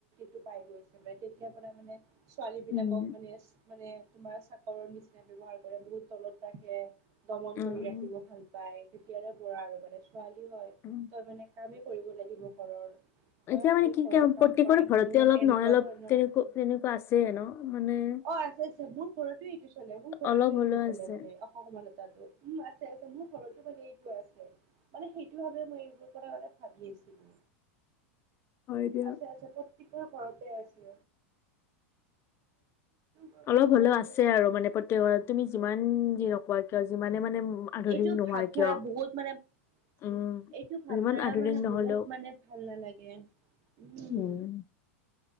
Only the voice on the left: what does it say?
উম
উম
উম
এতিয়া
মানে কি
ক
প্ৰত্যেকৰে
ঘৰতে
অলপ
নহয় অলপ
তেনেকা তেনেকুৱা আছে ন মানে
অলপ
হ'লেও
আছে
হয় দিয়া
অলপ
হলেও আছে আৰু মানে, প্ৰত্যেকৰে তুমি যিমান যি নকোৱা কিয় যিমানে মানে, আধুনিক
নোহোৱা
কিয়
উম,
যিমান আধুনিক
নহ'লেও
উম।